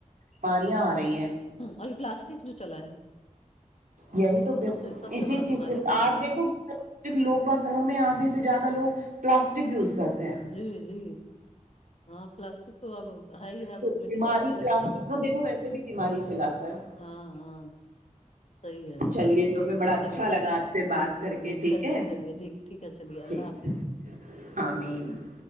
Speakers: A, on the right (about 80°); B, on the left (about 55°).
A: ماریا آ رہی ہیں
B: اور یہ پلاسٹک جو چلا ہے
A: یہی
B: یہ
A: تو
B: سب سے سب
A: اسی
B: بڑا
A: چیز
B: بیماریوں
A: سے
B: کا
A: آپ
B: گھر ہے
A: دیکھو لوگ باز گھروں میں آدھے سے زیادہ لوگ پلاسٹک یوز کرتے ہیں
B: جی جی ہاں پلاسٹک تو اب ہھائی ہے وہ
A: تو
B: اب لیکن
A: بیماری
B: اب
A: پلاسٹک
B: کم سے
A: کو
B: کم
A: دیکھو ویسے بھی بیماری پھیلاتا ہے
B: ہاں ہاں صحیح ہے
A: چلیے تو پھر بڑا اچھا
B: چلیے
A: لگا آپ سے
B: جی
A: بات
B: جی
A: کر
B: جی
A: کے ٹھیک
B: چلیے
A: ہے
B: چلیے جی ٹھیک ہے چلیے اللہ
A: ٹھیک
B: حافظ
A: ہے آمین